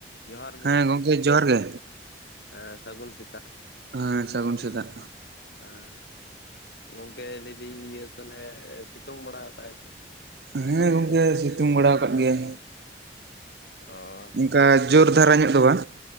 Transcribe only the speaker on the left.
ᱡᱚᱦᱟᱨ
ᱮᱸ ᱥᱟᱹᱜᱩᱱ ᱥᱮᱛᱟᱜ᱾
ᱮᱸ ᱜᱚᱝᱠᱮ ᱞᱟᱹᱭᱫᱟᱹᱧ ᱤᱭᱟᱹ ᱛᱟᱞᱦᱮ, ᱥᱤᱛᱩᱝ ᱵᱟᱲᱟ ᱠᱟᱜᱼᱟᱭ ᱥᱮ?
ᱟᱯᱮ
ᱥᱮᱫ ᱫᱚ
ᱚ᱾